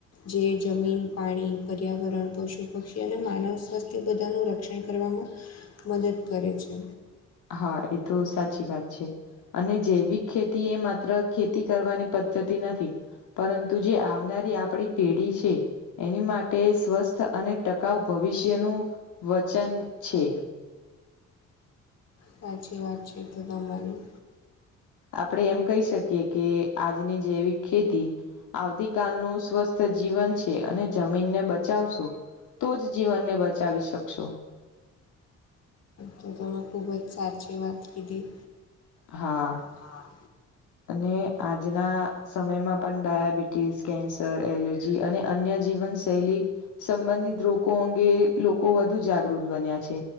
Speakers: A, on the left; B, on the left.
A: જે જમીન પાણી પર્યાવરણ પશુ પક્ષી અને માનવ સ્વાસ્થ્ય બધાનું રક્ષણ તે કરવામાં મદદ કરે છે.
B: હા એ તો સાચી વાત છે. અને જૈવિક ખેતી એ માત્ર ખેતી કરવાની પદ્ધતિ નથી. પરંતુ જે આવનારી આપણી પેઢી છે એની માટે ટે સ્વસ્થ અને ટકાઉ ભવિષ્યનું વચન છે.
A: સાચી વાત છે એ તો તમારી
B: આપણે એમ કહી શકીએ કે આજની જેવી ખેતી આવતી કાલનું સ્વસ્થ જીવન છે અને જમીનને બચાવશો તો જ જીવનને બચાવી શકશો.
A: તો તમે ખૂબ જ સાચી વાત કીધી.
B: હા.
A: હા.
B: અને આજના સમયમાં પણ ડાયાબિટીસ કેન્સ એલર્જી અને અન્ય જીવન શૈલી સંબંધિત રોગ અંગે લોકો વધુ જાગૃત બન્યા છે.